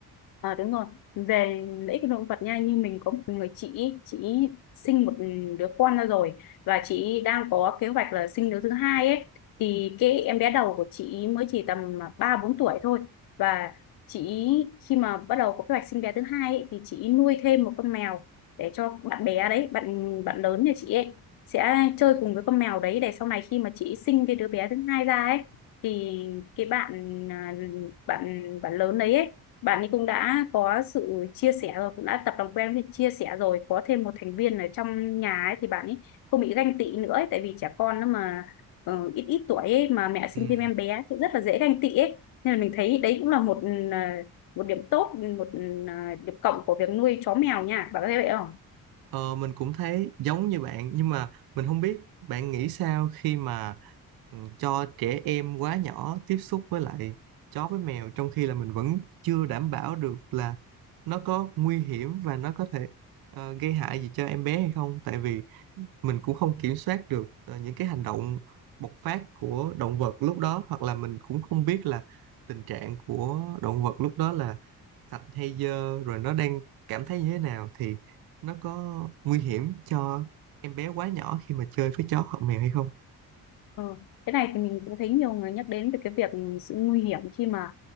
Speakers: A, on the left; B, on the right.
A: Ờ đúng rồi về lợi ích của động vật nha như mình có một người chị ý, chị ý sinh một đứa con ra rồi và chị ý đang có kế hoạch là sinh đứa thứ hai ấy thì cái em bé đầu của chị ý mới chỉ tầm à, ba bốn tuổi thôi và chị ý khi mà bắt đầu có kế hoạch sinh bé thứ hai ấy, thì chị ý nuôi thêm một con mèo để cho bạn bé đấy bạn bạn lớn nhà chị ấy sẽ chơi cùng với con mèo đấy để sau này khi mà chị ý sinh cái đứa bé thứ hai ra ấy thì cái bạn à, bạn bạn lớn đấy ấy bạn ấy cũng đã có sự chia sẻ rồi cũng đã tập làm quen với chia sẻ rồi có thêm một thành viên ở trong nhà ấy thì bạn ấy không bị ganh tị nữa ấy, tại vì trẻ con nó mà ờ, ít ít tuổi ấy, mà mẹ sinh
B: Ừ.
A: thêm em bé thì rất là dễ ganh tị ấy nên là mình thấy đấy cũng là một ừ, một điểm tốt một ừ, điểm cộng của việc nuôi chó mèo nha bạn có thấy vậy không
B: Ờ, mình cũng thấy giống như bạn nhưng mà mình không biết bạn nghĩ sao khi mà ừ, cho trẻ em quá nhỏ tiếp xúc với lại chó với mèo trong khi là mình vẫn chưa đảm bảo được là nó có nguy hiểm và nó có thể ờ, gây hại gì cho em bé hay không tại vì mình cũng không kiểm soát được ờ, những cái hành động bộc phát của động vật lúc đó hoặc là mình cũng không biết là tình trạng của động vật lúc đó là sạch hay dơ rồi nó đang cảm thấy như thế nào thì nó có nguy hiểm cho em bé quá nhỏ khi mà chơi với chó hoặc mèo hay không
A: Ờ, Cái này thì mình cũng thấy nhiều người nhắc đến về cái việc sự nguy hiểm khi mà